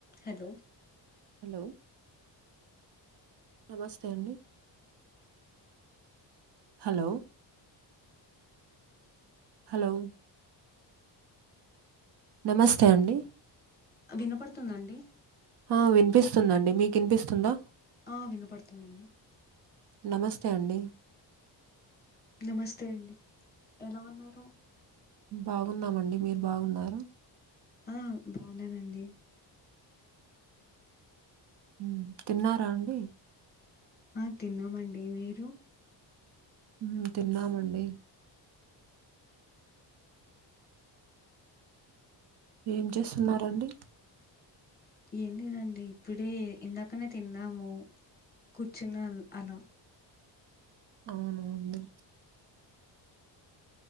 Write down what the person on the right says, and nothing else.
హలో నమస్తే అండి హలో హలో నమస్తే అండి
ఆ వినిపిస్తుందండి మీకిన్పిస్తుందా
నమస్తే అండి
బాగున్నామండి మీరు బాగున్నార
ఉమ్ తిన్నారా అండి
ఊ తిన్నామండి ఏం చేస్తున్నారండి
అవునా అండి